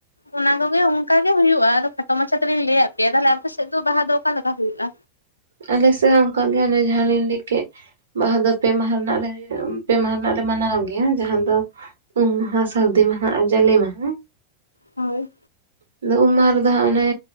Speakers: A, on the left; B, on the right.
A: ᱚᱱᱟ ᱠᱚᱜᱮ ᱚᱱᱠᱟ ᱜᱮ ᱦᱩᱭᱩᱜᱼᱟ ᱟᱫᱚ ᱠᱷᱟᱴᱚ ᱢᱟᱪᱷᱟ ᱛᱤᱞᱤᱧ ᱞᱟᱹᱭ ᱟᱫ ᱯᱮᱭᱟ, ᱛᱟᱦᱞᱮ ᱟᱯᱮ ᱥᱮᱫ ᱫᱚ ᱵᱟᱦᱟ ᱫᱚ ᱚᱠᱟᱞᱮᱠᱟ ᱦᱩᱭᱩᱜᱼᱟ?
B: ᱟᱞᱮ ᱥᱮ ᱦᱚᱸ ᱚᱝᱠᱟ ᱜᱮ ᱚᱱᱮ ᱡᱟᱦᱟᱸ ᱞᱤᱧ ᱞᱟᱹᱭ ᱠᱮᱫ᱾ ᱵᱟᱦᱟ ᱫᱚ ᱯᱮ ᱢᱟᱦᱟ ᱨᱮᱱᱟᱜ ᱞᱮ ᱯᱮ ᱢᱟᱦᱟ ᱨᱮᱱᱟᱜ ᱞᱮ ᱢᱟᱱᱟᱣ ᱜᱮᱭᱟ ᱡᱟᱦᱟᱸ ᱫᱚ ᱩᱢ ᱢᱟᱦᱟ ᱥᱟᱹᱨᱫᱤ ᱢᱟᱦᱟ ᱟᱨ ᱡᱟᱞᱮ ᱢᱟᱦᱟ᱾
A: ᱦᱳᱭ
B: ᱟᱫᱚ ᱩᱢ ᱢᱟᱦᱟ ᱨᱮᱫᱚ ᱦᱟᱸᱜ ᱚᱱᱮ